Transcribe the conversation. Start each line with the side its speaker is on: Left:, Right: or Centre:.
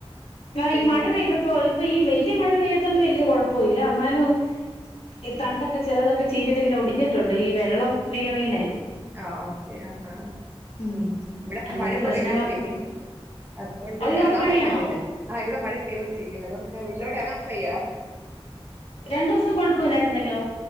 Left: ആ
Right: ചെടിയിലൊക്കെ
Left: ഈ മഴ പെയ്തപ്പോ ഇപ്പൊ ഈ വല്യ മഴ പെയ്യാത്ത കൊണ്ട് വല്യ കൊഴപ്പമ ഇല്ല എന്നാലും ഈ തണ്ടൊക്കെ ചെിലതൊക്കെ ചീഞ്ഞിട്ട് ഇങ്ങനെ ഒടിഞ്ഞിട്ടുണ്ട് ഈ വെള്ളം വീണ് വീണേ
Right: ആഹ ഓക്കെ ആ
Left: ഉം
Right: ഇവിടെ
Left: അങ്ങനത്തെ
Right: മഴ ഇപ്പോൊ
Left: പ്രശ്നങ്ങളൊക്കെ
Right: പെയ്തോൊണ്ടിരിക്ക അതുകൊണ്ട്
Left: അയ്യോ
Right: ഇറങ്ങാൻ
Left: അവിടെ മഴയാണോ
Right: പറ്റുന്നില്ല ആ ഇവിടെ മഴ പെയ്തുകോണ്ടിരിക്കുന്നു അതുകൊണ്ട്ള്ളിലോട്ട് <unintelligible>
Left: രണ്ടു ദിവസം കൊഴപ്പമില്ലായിരുന്നല്ലോ